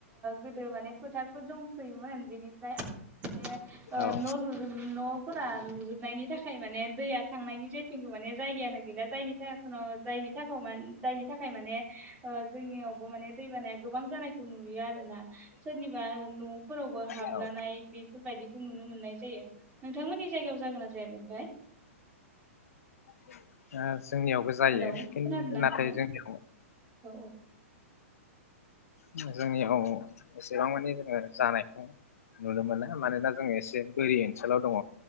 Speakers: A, on the right; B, on the left.
A: गोदो माने फोथारफोर दंसैयोमोन बेनिफ्राय माने
B: औ
A: न' लु-न'फोरा लुजोब नि थाखाय माने दैया थांनायनि जेथिंबो माने जायगायानो गैला जायो। <unintelligible> जायनि थाखाव मान-जायनि थाखाय माने जोंनियावबो माने दैबानाया गोबां जानायखौ नुयो आरो ना सोरनिबा न'फोरावबो हाबलानाय
B: औ
A: बेफोरबायदिखौ नुनो मोननाय जायो नोंथांमोननि जायगायाव जागोना <unintelligible>
B: <unintelligible> जोंनियावबो जायो
A: हेलौ खोनादोंना
B: नाथाय
A: नोंथां
B: जोंनियाव
A: औ
B: जोंनियाव एसेबां मानि जोङो जानायखौ नुनो मोना मानोना जोङो एसे बोरि ओनसोलाव दङ